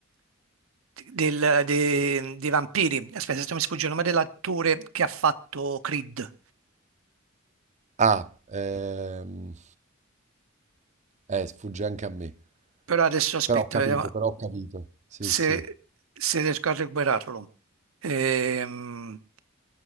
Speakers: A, on the right; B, on the right.
A: del- de- dei vampiri. Aspetta, se mi sfugge il nome dell'attore che ha fatto Creed.
B: Ah, ehm, eh, sfugge anche a me.
A: Però adesso aspetta,
B: Però ho capito,
A: vediamo.
B: però ho capito. Sì,
A: se,
B: sì,
A: se riesco a recuperarlo. Ehm,